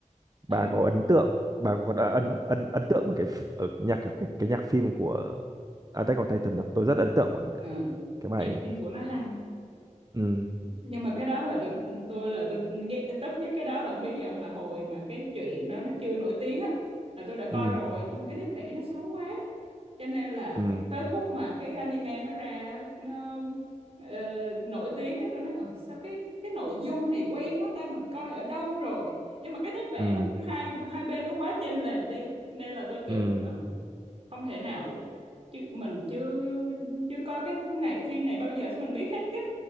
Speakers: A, on the right; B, on the right.
A: ờ,
B: bà
A: mà
B: có ấn tượng bà có đã ấn ấn ấn tượng với cái ph- ở nhạc cái, cái, cái nhạc phim của Attack on Titan không? Tôi rất ấn tượng với
A: ờ,
B: cái
A: nhạc
B: bài ấy.
A: phim của nó hay
B: ừ
A: nhưng mà cái đó là tôi tôi là tôi ghét tức nhất cái đó là không biết gì ông là hồi mà cái chuyện đó nó chưa nổi tiếng á là tôi đã coi
B: ừ
A: rồi nhưng mà cái nét vẽ nó xấu quá cho nên là
B: ừ
A: cái, tới khúc mà cái anime nó ra nó ờ, nổi tiếng á tôi nói "Ờ, sao cái cái nội dung này quen quá ta mình coi ở đâu rồi nhưng mà cái nét vẽ
B: ừ
A: nó hai hai bên nó quá chênh lệch đi nên là tôi kiểu
B: ừ
A: "Ờ, không thể nào chứ mình chưa chưa coi cái này phim này bao giờ sao mình biết hết cái